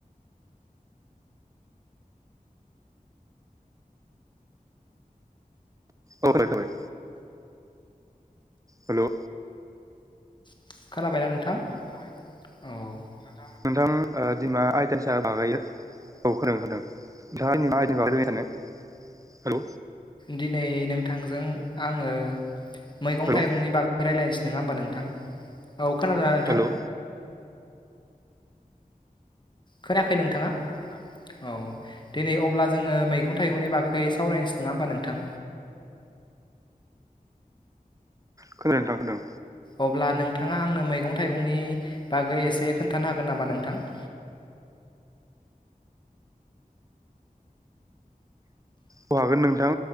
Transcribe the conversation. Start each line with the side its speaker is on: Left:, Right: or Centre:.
Right: औ <unintelligible> खोनाबाय। हेलौ।
Left: खोनाबायना औ खोनाबाय नोंथां औ।
Right: नोंथां। ओ दिमा <unintelligible> हेलौ।
Left: दिनै नोंथांजों आङो मैगं
Right: हेलौ
Left: थाइगंनि बागै रायलायनोसै नङा होमबा नोंथां। औ खोनादों ना नोंथां।
Right: हेलौ
Left: खोनायाखै नोंथाङा। औ दिनै अब्ला जोङो मैगं थाइगंनि बागै सावरायनोसै नोंङा होमबा नोंथां।
Right: खोनायो नोंथां होदों।
Left: अब्ला नोंथाङा आंनो मैगं थाइगंनि बागै एसे खोन्थानो हागोन नामा नोंथां <inaudible>
Right: अ हागोन नोंथां